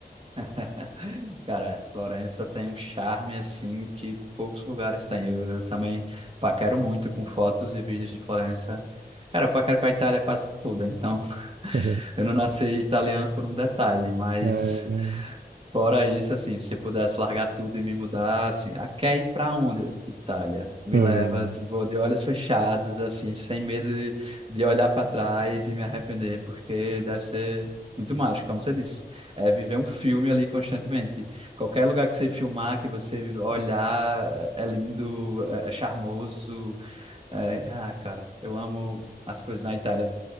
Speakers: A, on the right; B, on the right.
A: <laughs> Cara, Florença tem um charme assim que poucos lugares têm. Eu, eu também paquero muito com fotos e vídeos de Florença. Cara, eu paquero com a Itália quase toda, então <laughs>
B: <laughs>
A: eu não nasci italiano por um detalhe, mas
B: É,
A: Fora isso, assim, se pudesse largar tudo e me mudar, assim, ah, quer ir pra onde? Itália. Me
B: é,
A: leva, vou de olhos fechados, assim, sem medo de, de olhar para trás e me arrepender, porque deve ser muito mágico, como você disse. É viver um filme ali constantemente. Qualquer lugar que você filmar, que você olhar, é é lindo, é, é charmoso. é- Ah, cara, eu amo as coisas na Itália,